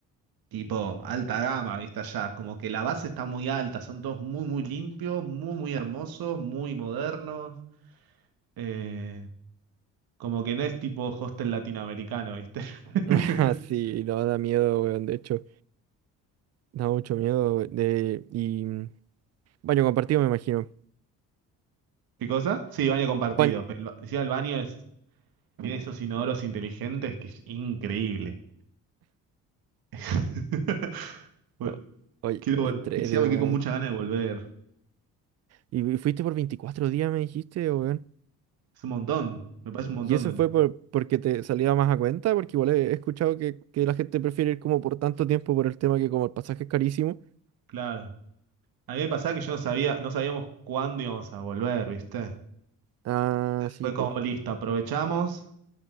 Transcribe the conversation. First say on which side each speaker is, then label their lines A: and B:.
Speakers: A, on the right; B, on the right.
A: tipo alta gama, ¿viste? Allá, como que la base está muy alta, son todos muy, muy limpios, muy, muy hermosos, muy modernos. eh, como que no es tipo hostel latinoamericano, ¿viste? <laughs>
B: <laughs> Sí, no da miedo, weón. De hecho, da mucho miedo. we- De... Y mm, baño compartido, me imagino.
A: ¿Qué cosa? Sí, baño compartido,
B: Baño...
A: pero el, ba- encima el baño es, tiene esos inodoros inteligentes que es increíble. <laughs> Bueno,
B: o- Oye,
A: Quiero,
B: qué
A: vol-
B: entrete,
A: encima me
B: weón.
A: quedé con mucha ganas de volver.
B: ¿Y y fuiste por 24 días, me dijiste, weón?
A: Es un montón, me parece un montón
B: ¿Y eso
A: de...
B: fue por, porque te salía más a cuenta? Porque igual he he escuchado que, que la gente prefiere ir como por tanto tiempo por el tema que como el pasaje es carísimo.
A: Claro. A mí me pasaba que yo no sabía, no sabíamos cuándo íbamos a volver, ¿viste?
B: Ah, sí,
A: Fue
B: pues.
A: como listo, aprovechamos.